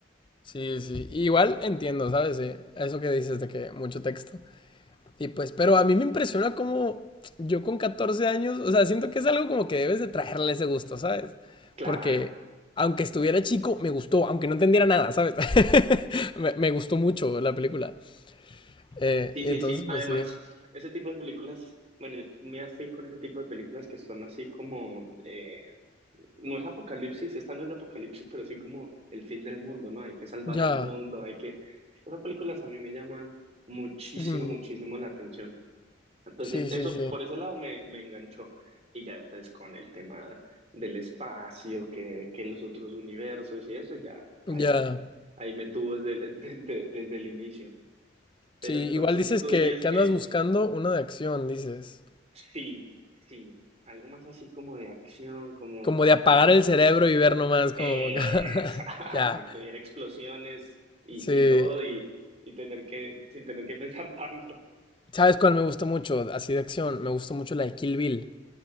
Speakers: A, on the left; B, on the right.
A: Sí, sí. Igual entiendo, ¿sabes? Sí. Eso que dices de que mucho texto. Y pues, pero a mí me impresiona cómo yo con 14 años, o sea, siento que es algo como que debes de traerle ese gusto, ¿sabes?
B: Claro,
A: Porque aunque estuviera chico, me gustó, aunque no entendiera nada, ¿sabes? <laughs> me, me gustó mucho la película. Eh,
B: sí,
A: y
B: sí,
A: entonces,
B: sí. Además,
A: pues sí.
B: ese tipo de películas, bueno, yo me afín con ese tipo de películas que son así como eh, no es apocalipsis, esta no es de apocalipsis, pero sí como el fin del mundo, ¿no? Hay que salvar
A: Ya.
B: al mundo, hay que... Esas películas a mí me llaman muchísimo,
A: Mm,
B: muchísimo la atención. Entonces,
A: sí,
B: eso
A: sí, sí.
B: por ese lado me, me enganchó. Y ya después con el tema del espacio, que, que los otros universos y eso, ya ahí,
A: Ya.
B: ahí me tuvo desde, el- <laughs> desde, desde el inicio. Pero
A: Sí,
B: entonces
A: igual dices
B: tú
A: que,
B: dirías
A: que
B: que
A: andas buscando una de acción, dices.
B: sí, sí, algo más así como de acción, como...
A: Como de apagar
B: ah, pasa
A: el cerebro y ver nomás
B: Exacto,
A: como... <laughs> Ya,
B: y era explosiones y,
A: sí.
B: y todo y, y tener que, sin tener que <laughs> pensar tanto.
A: ¿Sabes cuál me gusta mucho? Así de acción. Me gusta mucho la de Kill Bill.